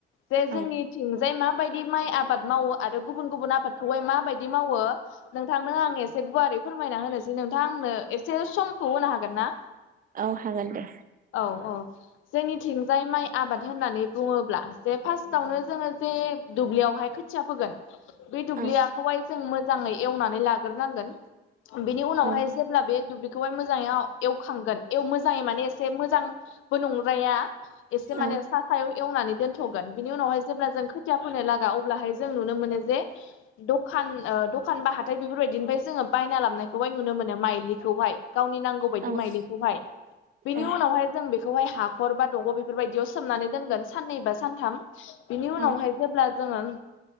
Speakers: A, on the left; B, on the right.
A: जे
B: औ
A: जोंनि थिंजाय माबायदि माइ आबाद मावो आरो गुबुन गुबुन आबादखौहाय माबायदि मावो। नोंथांनो आं एसे गुवारै फोरमायना होनोसै नोंथां आंनो एसे समखौ होनो हा ना
B: औ हागोन दे
A: औ औ जोंनिथिजाय माइ आबाद होननानै बुङोब्ला जे फार्स्टावनो जोङो जे दुब्लियावहाय खोथिया फोगोन। बे दुब्लियाखौहाय
B: औ
A: जों मोजाङै एवनानै ला ग्रो नांगोन बिनि उनावहाय
B: औ
A: जेब्ला बे दु ब्लि बेखौहाय मोजाङै एवखांगोन मोजाङै माने एसे मोजांबो नंज्राया एसे
B: औ
A: माने सा सायाव एवनानै दोनथ'गोन बिनि उनावहाय जेब्ला जों खोथिया फोनो लागा अब्लाहाय जों नुनो मोनो जे दखान ओ द दखान बा हाथाय बेफोरबायदिनिफ्राय जोङो बायना लाबनायखौहाय नुनो मोनो माइलिखौहाय गावनि नांगौ बायदि
B: औ
A: माइलि।
B: औ उम
A: खौहाय बेनि
B: औ
A: उनावहाय जों बेखौहाय हा हर बा दंग' बेफोरबायदियाव सोमनानै दोनगोन साननै बा सानथाम। बिनि उनावहाय
B: औ
A: जेब्ला जोङो